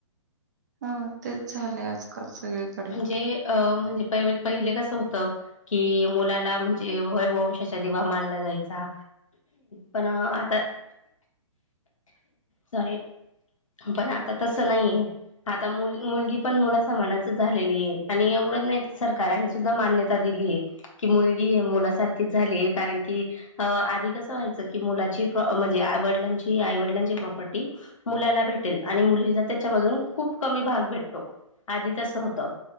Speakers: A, on the right; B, on the left.
A: हो तेच झाले आजकाल क स एकेत
B: म्हणजे अ म्हणजे प पहिले कसं होतं की मुलाला म्हणजे ज वंशाचा दिवा मानला जायचा पण आता सरी पण आता तसं नाहीये आता मुल मुलगी पण मुला स म्हणच झा एवढ नाही सरकार सुा मान्यता दिली आहे क मुली ारच झाले कारण की आधी कसं व्हायचं की मुलाची म्हणजे आवडिलांची आईवडिलांची प्रॉपर्टी मुलाला भेटेल आणि मुली त्याच्यामधून खूप कमी भाग भेटतो आधी त होत